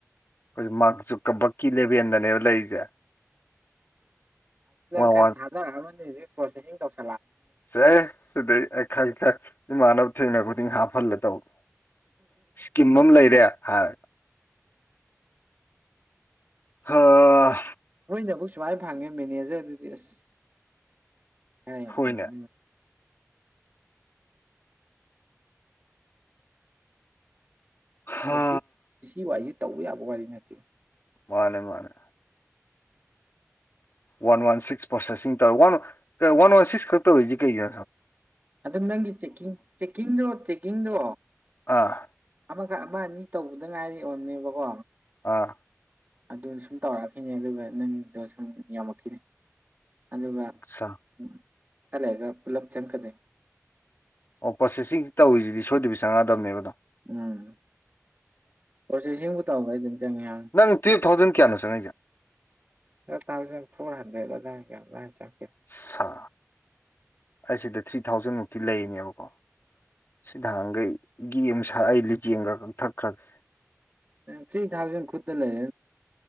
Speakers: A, on the left; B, on the right.
A: ꯑꯩꯈꯣꯏ ꯃꯥꯁꯨ ꯀꯕꯛꯀꯤ ꯂꯦꯚꯦꯟꯗꯅꯦꯕ ꯂꯩꯔꯤꯁꯦ ꯋꯥꯟ
B: ꯈ
A: ꯋꯥꯟ
B: ꯍꯖ ꯄꯣꯦ ꯇ
A: ꯁꯦ ꯁꯤꯗꯤꯩ ꯑꯩ ꯈꯪ ꯈ ꯏꯃꯥꯟꯅꯕ ꯊꯦꯡꯅꯕ ꯈꯨꯗꯤꯡ ꯍꯥꯞꯍꯜꯂꯦ ꯇꯧꯕ ꯏꯁꯀꯤꯝ ꯑꯃ ꯂꯩꯔꯦ ꯍꯥꯏ ꯑ
B: ꯍꯣꯏ ꯅꯕꯨꯨ ꯁꯨꯃꯥꯏ ꯐꯥꯉꯦ ꯃꯤꯦꯅꯤꯖꯦ ꯑꯗꯨꯗꯤꯁ ꯍꯦ ꯌꯥꯝ
A: ꯍꯣꯏꯅꯦ
B: ꯐꯒꯝ
A: ꯍꯥ
B: ꯑꯗ ꯁꯤ ꯁꯤ ꯋꯥꯔꯤꯁꯤꯦ ꯇꯧꯕ ꯌꯥꯕ ꯋꯥꯔꯤꯗꯤ ꯅꯠꯇꯦ
A: ꯃꯥꯅꯦ ꯃꯥꯅꯦ ꯋꯥꯟ ꯋꯥꯟ ꯁꯤꯛꯁ ꯄ꯭ꯔꯣꯁꯦꯁꯤꯡ ꯇꯧꯔ ꯋꯥ ꯋꯥꯟ ꯋꯥꯟ ꯁꯤꯛꯁ ꯈꯛꯇ ꯇꯧꯔꯤꯁꯤꯦ ꯀꯩꯒꯤ
B: ꯑꯗꯨꯝ ꯅꯪꯒꯤ ꯆꯀꯤꯡ ꯆꯦꯛꯀꯤꯡꯗꯣ ꯆꯦꯛꯀꯤꯡꯗꯣ
A: ꯑꯥ
B: ꯑꯃꯒ ꯑꯃ ꯑꯅꯤ ꯇꯧꯕꯗ ꯉꯥꯏꯔꯤ ꯑꯣꯅꯦꯕꯀꯣ
A: ꯑꯥ
B: ꯑꯗꯨ ꯁꯨꯝ ꯇꯧꯔꯛꯑꯈꯤꯅꯦ ꯑꯗꯨꯒ ꯅꯪꯗꯣ ꯁꯨꯝ ꯌꯥꯝꯃꯛꯈꯤꯅꯦ ꯑꯗꯨꯒ
A: ꯑꯠꯁꯥ
B: ꯎ ꯈꯔꯒ ꯄꯨꯂꯞ ꯆꯪꯀꯗꯦ
A: ꯑꯣ ꯄ꯭ꯔꯣꯁꯦꯁꯤꯡꯁꯤ ꯇꯧꯔꯤꯁꯤꯗꯤ ꯁꯣꯏꯗꯕꯤ ꯆꯪꯉꯛꯗꯕꯅꯦꯕꯗꯣ
B: ꯎꯝ ꯄꯣꯆꯦꯁꯤꯡꯕꯨ ꯇꯧꯕ ꯑꯩ ꯑꯗꯨꯝ ꯆꯪꯉꯤꯍ
A: ꯅꯪ ꯇꯨꯌꯦꯜꯞ ꯊꯥꯎꯖꯟ ꯀꯌꯥꯅꯣ ꯆꯪꯉꯛꯏꯁꯦ
B: ꯊꯥꯎꯖꯟ ꯐꯣꯔ ꯍꯟꯗ꯭ꯔꯦꯗ ꯆ
A: ꯁ ꯑꯩ ꯁꯤꯗ ꯊ꯭ꯔꯤ ꯊꯥꯎꯖꯟ ꯃꯨꯛꯇꯤ ꯂꯩꯔꯤꯅꯦꯕꯀꯣ ꯁꯤꯗꯥꯟꯈꯩꯒꯤ ꯑꯃꯨꯛ ꯁꯥ ꯑꯩ ꯂꯤꯆꯦꯡꯒ ꯀꯛꯊꯠꯈ꯭ꯔꯒꯦ
B: ꯊ꯭ꯔꯤ ꯊꯥꯎꯖꯟ ꯈꯨꯠꯇ ꯂꯩ